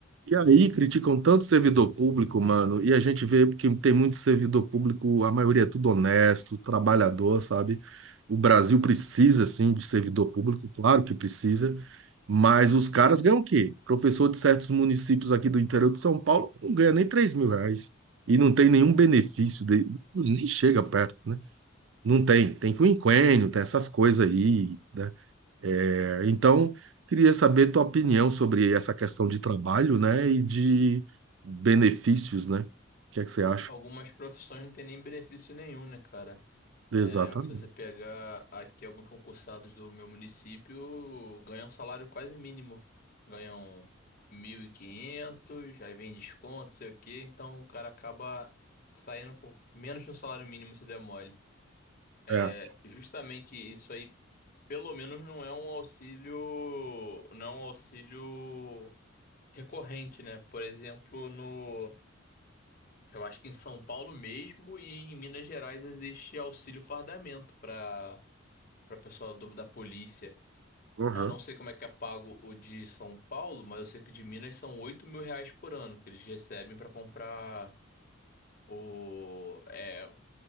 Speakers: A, on the right; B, on the left.
A: E aí criticam tanto servidor público, mano, e a gente vê que tem muito servidor público, a maioria é tudo honesto, trabalhador, sabe? O Brasil precisa, sim, de servidor público, claro que precisa, mas os caras ganham o quê? Professor de certos municípios aqui do interior de São Paulo não ganha nem 3 mil reais e não tem nenhum benefício, de... nem chega perto, né? Não tem, tem quinquênio, tem essas coisas aí, né? É, então, queria saber tua opinião sobre essa questão de trabalho, né, e de benefícios, né? O que é que você acha?
B: Algumas profissões não tem nem benefício nenhum, né, cara?
A: Exatamente.
B: É, se você pegar aqui alguns concursados do meu município, ganham salário quase mínimo. Ganham mil e quinhentos aí vem desconto, sei o quê. Então o cara acaba saindo com menos de um salário mínimo se der mole. É,
A: É.
B: justamente isso aí, pelo menos não é um auxílio, não é um auxílio recorrente, né? Por exemplo, no Eu acho que em São Paulo mesmo e em Minas Gerais existe auxílio fardamento para para pessoal do- da polícia.
A: Uhum.
B: Eu não sei como é que é pago o de São Paulo, mas eu sei que o de Minas são 8 mil reais por ano que eles recebem para comprar o é,